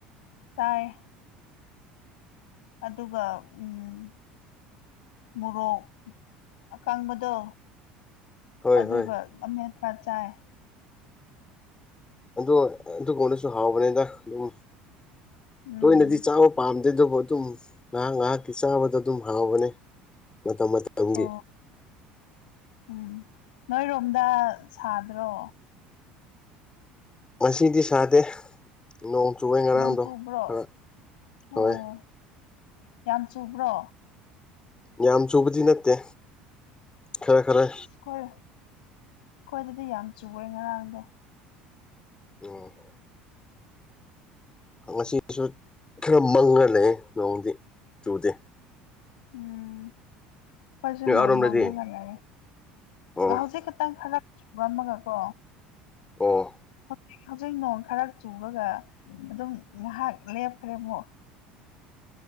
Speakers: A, on the left; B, on the left.
A: ꯆꯥꯏ ꯑꯦ ꯑꯗꯨꯒ ꯎꯝ ꯃꯣꯔꯣꯛ ꯑꯀꯥꯡꯕꯗꯣ
B: ꯍꯣꯏ
A: ꯑꯗꯨꯒ
B: ꯍꯣꯏ
A: ꯑꯃꯦꯠꯄꯥ ꯆꯥꯏ
B: ꯑꯗꯣ ꯑꯗꯨꯒꯨꯝꯕꯅꯁꯨ ꯍꯥꯎꯕꯅꯤꯗ ꯑꯗꯨꯝ
A: ꯎꯝ
B: ꯇꯣꯏꯅꯗꯤ ꯆꯥꯎ ꯄꯥꯝꯗꯦ ꯑꯗꯨꯕꯨ ꯑꯗꯨꯝ ꯉꯥꯏꯍꯥꯛ ꯉꯥꯏꯍꯥꯛꯀꯤ ꯆꯥꯕꯗꯣ ꯑꯗꯨꯝ ꯍꯥꯎꯕꯅꯦ ꯃꯇꯝ ꯃꯇꯝꯒꯤ
A: ꯑꯣ ꯎꯝ ꯅꯣꯏꯔꯣꯝꯗ ꯁꯥꯗ꯭ꯔꯣ
B: ꯉꯁꯤꯗꯤ ꯁꯥꯗꯦ ꯅꯣꯡ ꯆꯨꯢꯌꯦ ꯉꯔꯥꯡꯗꯣ
A: ꯅꯣꯡ ꯆꯨꯕ꯭ꯔꯣ
B: ꯈꯔ ꯐꯥꯑꯦ
A: ꯑꯣ ꯌꯥꯝ ꯆꯨꯕ꯭ꯔꯣ
B: ꯌꯥꯝ ꯆꯨꯕꯗꯤ ꯅꯠꯇꯦ ꯈꯔ ꯈꯔ
A: ꯈꯣꯏ ꯈꯣꯏꯗꯗꯤ ꯌꯥꯝ ꯆꯨꯢꯑꯦ ꯉꯔꯥꯡꯗꯣ
B: <inaudible> <inaudible> ꯉꯁꯤꯁꯨ ꯈꯔ ꯃꯪꯉꯥ ꯂꯩꯑꯦ ꯅꯣꯡꯗꯤ ꯆꯨꯗꯦ
A: ꯎꯝ ꯑꯩꯈꯣꯏꯁꯨ
B: ꯅꯣꯏ
A: ꯅꯣꯡ
B: ꯑꯔꯣꯝꯗꯗꯤ
A: ꯃꯪꯉꯥꯒ ꯂꯩꯑꯦ
B: ꯑꯣ
A: ꯍꯧꯖꯤꯛ ꯈꯤꯇꯪ ꯈꯔ ꯈꯤꯛꯔꯝꯃꯒ ꯀꯣ
B: ꯑꯣ
A: ꯍꯧꯖꯤꯛ ꯍꯧꯖꯤꯛ ꯅꯣꯡ ꯈꯔ ꯆꯨꯔꯒ ꯑꯗꯨꯝ ꯉꯩꯍꯥꯛ ꯂꯦꯞꯈ꯭ꯔꯦ ꯑꯃꯨꯛ